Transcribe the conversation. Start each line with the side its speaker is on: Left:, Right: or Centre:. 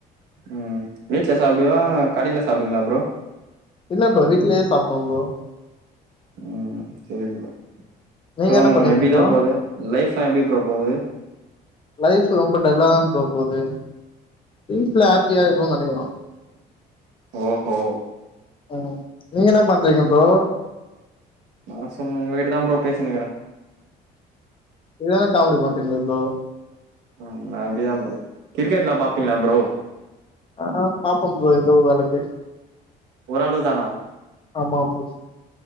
Right: உம் வீட்ல சாப்டுவியா கடைல சாப்டுவீங்ளா ப்ரோ
Left: இல்ல ப்ரோ வீட்லயே சாபிடுவ ப்ரோ
Right: உம் செரி ப்ரோ
Left: நீங்க
Right: அப்றோ
Left: என்ன பண்ணுவீங்க
Right: எப்டிதா
Left: ப்ரோ
Right: போது லைஃப்லா எப்டி ப்ரோ போவுது
Left: லைஃப்பு ரொம்ப டல்ல தா ப்ரோ போது லைபுல ஹப்பியா இருக்னுன்னு நெனக்கிறோ
Right: ஓஹோ
Left: அ நீங்க என்ன பண்றீங்க ப்ரோ
Right: நா சும் உங்ககிட்ட தா ப்ரோ பேசினிக்ற
Left: செரியான காமொடி பண்டீங்ளே ப்ரோ
Right: அ அப்படிதா ப்ரோ கிரிக்கெட்லா பாப்பீங்களா ப்ரோ
Left: ஆ பாப்போ ப்ரோ ஏதோ ஓர் அளவுக்கு
Right: ஒரளவு தானா
Left: ஆமா ப்ரோ